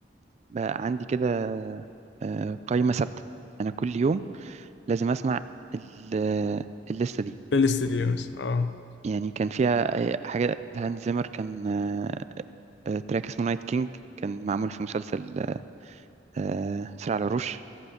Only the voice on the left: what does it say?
بلاي ليست دي مثلا اه